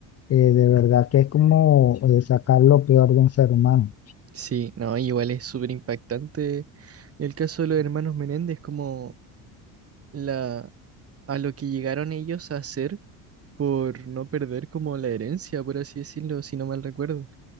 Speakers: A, on the left (about 35°); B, on the right (about 35°).
A: eh, de verdad que es como eh, sacar lo peor de un ser humano.
B: Sí, no, igual es súper impactante el caso de los hermanos Menéndez, como la, a lo que llegaron ellos a hacer por no perder como la herencia, por así decirlo, si no mal recuerdo.